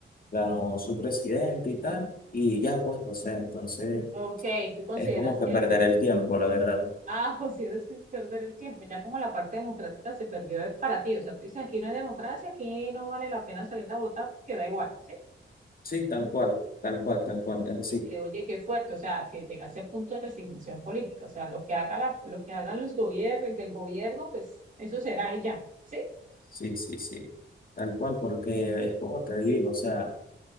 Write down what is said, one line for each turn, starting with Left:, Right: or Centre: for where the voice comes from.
Left: ganó su presidente y tal, y ya pues, o sea, entonces
Right: Ok, tú consideras
Left: es como que
Right: que
Left: perder
Right: no.
Left: el tiempo, la verdad.
Right: Ah, <laughs> consideras que es perder el tiempo. Ya como la parte democrática se perdió de- para ti. O sea, tú dices, aquí no hay democracia, aquí no vale la pena salir a votar porque da igual, ¿sí?
Left: Sí, tal cual, tal cual, tal cual,
Right: Oye,
Left: es así.
Right: que- oye, qué fuerte, o sea, que llegase a punto de resignación política, o sea, lo que haga la, lo que hagan los gobiernos, el del gobierno, pues eso será y ya, ¿sí?
Left: Sí, sí, sí. Tal cual, porque es como te digo, o sea,